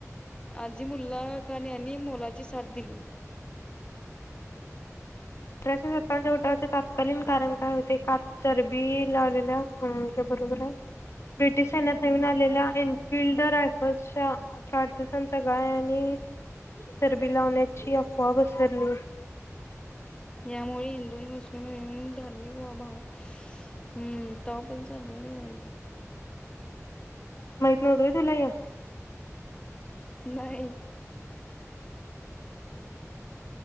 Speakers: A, on the left; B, on the left.
A: आजी मुल्ला खान यांनी मोलाची साथ दिली.
B: शे सत्तावन्न उठावाचे तत्कालीन कारण काय होते? का चरबी लावलेल्याहूं ते बरोबर आहे ब्रिटिश सैन्यात नवीन आलेल्या एनफिल्ड रायफल्सच्या चार दिवसांच्या गायने चरबी लावण्याची अफवा पसरली
A: यामुळे हिंदू आणि मुस्लिम अअ धार्मिक वभाव हं‌ तवापण चालय व्हय
B: माहित नव्हतं होतं तुला य
A: नाही